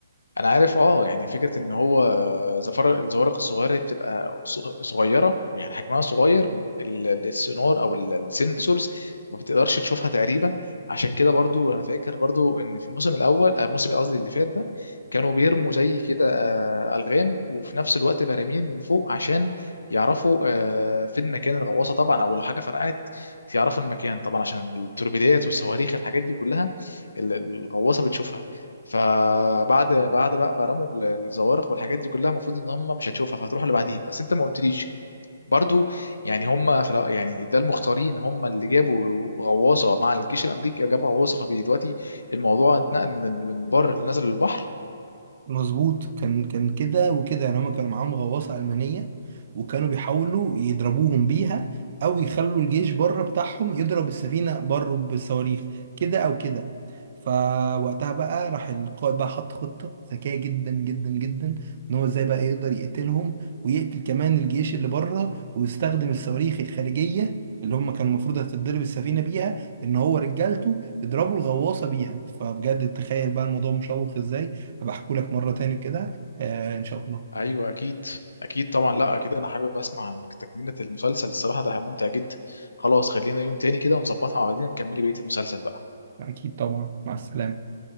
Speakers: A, on the left; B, on the right.
A: انا عارف اه يعني فكره ان هو زفر الزوارق الصغيره هي بتبقى صغ- صغيره ويعني حجمها صغير ال- ال- السونار او ال- السنسورز ما بتقدرش تشوفها تقريبا عشان كده برضو انا فاكر برضو ان في الموسم الاول آه، الموسم قصدي اللي فات ده كانوا بيرموا زي كده آه، الغام وفي نفس الوقت براميل من فوق عشان يعرفوا آه، فين مكان الغواصه طبعا او لو حاجه فرقعت يعرفوا المكان طبعا عشان التوربيدات والصواريخ الحاجات دي كلها ال- الغواصه بتشوفها فبعد بعد بقى ما رموا ال- الزوارق والحاجات دي كلها المفروض ان هم مش هتشوفها فهتروح اللي بعديها بس انت ما قلتليش برضو يعني هم في الأ- يعني ده المختارين هم اللي جابوا غواصه مع الجيش الامريكي جابوا غواصه فدلوقتي الموضوع اتنقل من ال- من البر اللي نزل للبحر
B: مظبوط كان كان كده وكده يعني هما كانوا معاهم غواصة ألمانية وكانوا بيحاولوا يضربوهم بيها أو يخلوا الجيش بره بتاعهم يضرب السفينة بره بالصواريخ كده أو كده فوقتها بقى راح القائد بقى حط خطة ذكية جدا جدا جدا إن هو إزاي بقى يقدر يقتلهم ويقتل كمان الجيش اللي بره ويستخدم الصواريخ الخارجية اللي هم كانوا المفروض هتتضرب السفينة بيها إن هو رجالته يضربوا الغواصة بيها فبجد تخيل بقى الموضوع مشوق إزاي هبقى احكولك مرة تاني كده آه إن شاء الله
A: ايوه اكيد اكيد طبعا لا اكيد انا حابب اسمع عن تكمله المسلسل الصراحه ده ممتع جدا خلاص خلينا يوم تاني كده ونظبطها مع بعضنا نكملي بقيه المسلسل بقى
B: أكيد طبعا مع السلامة